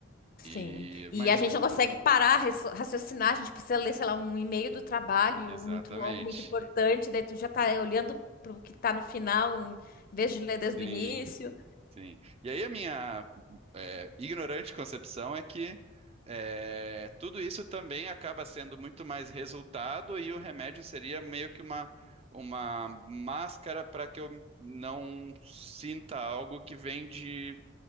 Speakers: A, on the left; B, on the right.
A: Sim.
B: E
A: E
B: imagino.
A: a gente não consegue parar, raço- raciocinar, a gente precisa ler, sei lá, um e-mail do trabalho
B: Exatamente.
A: muito longo, muito importante, daí tu já tá olhando para o que tá no final, em vez de ler desde
B: Sim.
A: o início.
B: Sim. E aí a minha é, ignorante concepção é que é, tudo isso também acaba sendo muito mais resultado e o remédio seria meio que uma, uma máscara para que eu não sinta algo que vem de